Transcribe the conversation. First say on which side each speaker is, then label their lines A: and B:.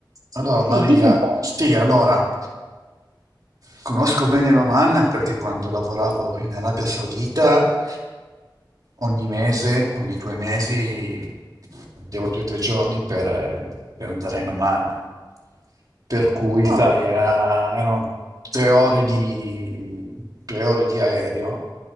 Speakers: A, on the right (about 50°); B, on the right (about 70°).
A: allora
B: sì,
A: Maria,
B: dimmi un po'.
A: sì, allora conosco bene l'Oman perché quando lavoravo in Arabia Saudita ogni mese, ogni due mesi, devo due o tre giorni per, eh, per andare in Oman. Per cui,
B: Ah,
A: sai, era- erano tre ore di, tre ore di aereo.